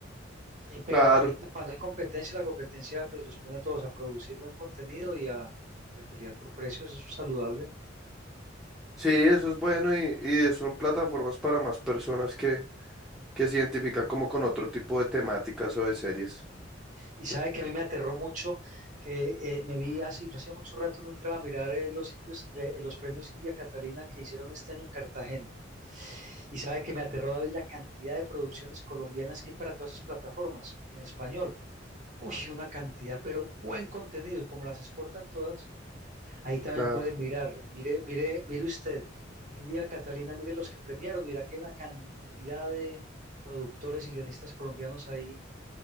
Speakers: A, on the right; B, in the centre.
A: Y- pero
B: claro.
A: ahorita cuando hay competencia, la competencia pues los pone a todos a producir buen contenido y a, y a pelear por precios. Eso es saludable.
B: Sí, eso es bueno y, y son plataformas para más personas que, que se identifican como con otro tipo de temáticas o de series.
A: Y
B: Sí,
A: sabe que a mí me aterró mucho que eh, me vi así, yo hacía mucho rato no entraba a mirar eh, los indios, eh, los premios India Catalina que hicieron este año en Cartagena. Y sabe que me aterró David la cantidad de producciones colombianas que hay para todas esas plataformas en español. uy, una cantidad, pero buen contenido. Y como las exportan todas, ahí también
B: claro.
A: pueden mirar. Mire, mire, mire usted, India Catalina, mire los que premiaron. Mira que hay una cantidad de productores y guionistas colombianos ahí